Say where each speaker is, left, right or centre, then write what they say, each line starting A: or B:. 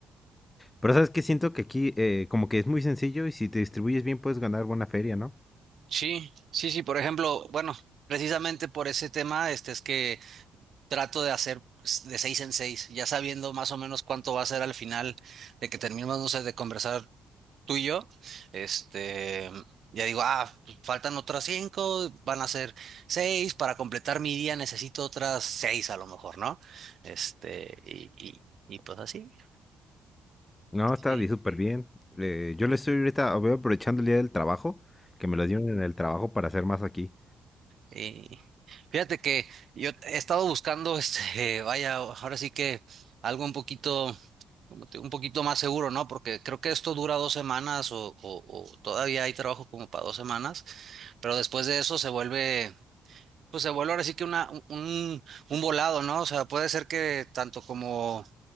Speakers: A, on the left; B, on the right.
A: Pero sabes que siento que aquí eh, como que es muy sencillo y si te distribuyes bien puedes ganar buena feria, ¿no?
B: Sí, sí, sí, por ejemplo, bueno, precisamente por ese tema, este es que trato de hacer pues, de seis en seis, ya sabiendo más o menos cuánto va a ser al final de que terminemos, no sé, de conversar tú y yo, este, ya digo, ah, pues, faltan otras cinco, van a ser seis, para completar mi día necesito otras seis a lo mejor, ¿no? Este, y, y, y pues así,
A: No, está
B: sí,
A: bien, súper bien. Eh, yo le estoy ahorita, voy aprovechando el día del trabajo, que me lo dieron en el trabajo para hacer más aquí.
B: Y fíjate que yo he estado buscando, este, <laughs> vaya, ahora sí que algo un poquito, como te- un poquito más seguro, ¿no? Porque creo que esto dura dos semanas o, o- o todavía hay trabajo como para dos semanas, pero después de eso se vuelve, pues se vuelve ahora sí que una, un, un volado, ¿no? O sea, puede ser que tanto como